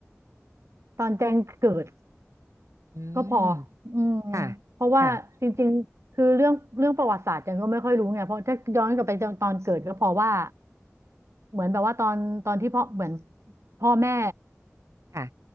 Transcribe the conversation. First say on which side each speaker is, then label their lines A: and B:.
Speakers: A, on the right; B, on the right.
A: ตอนแจงเกิด
B: อืม
A: ก็พออืม
B: ค่ะ
A: เพราะว่าจริงๆ
B: ค่ะ
A: คือเรื่องเรื่องประวัติศาสตร์จันก็ไม่ค่อยรู้ไงเพราะถ้าย้อนกลับไปตอนเกิดก็เพอว่าเหมือนแบบว่าตอนตอนที่พ่อเหมือนพ่อแม่
B: ค่ะ